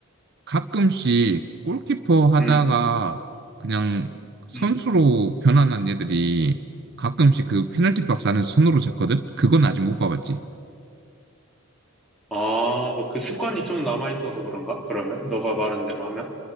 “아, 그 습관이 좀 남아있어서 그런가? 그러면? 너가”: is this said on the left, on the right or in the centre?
Centre